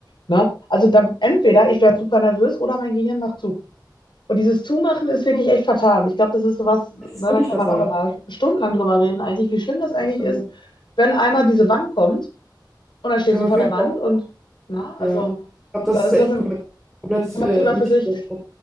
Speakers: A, on the left (about 75°); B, in the centre.
A: ne, also dann entweder ich werde super nervös oder mein Gehirn macht zu. Und dieses Zumachen ist wirklich echt fatal. Und ich glaube, das ist sowas, ne,
B: Es ist
A: da
B: wirklich
A: kann
B: fatal.
A: man auch noch mal stundenlang drüber reden, eigentlich, wie schlimm das eigentlich
B: Absolut.
A: ist, wenn einmal diese Wand kommt und dann stehst
B: Können
A: du
B: wir
A: vor
B: auf jeden
A: der Wand
B: Fall.
A: und, na,
B: Ja.
A: also,
B: Ich glaube, das
A: da
B: ist
A: ist
B: echt
A: noch ein
B: komplett, komplettes äh,
A: Thema
B: Mythos.
A: für sich.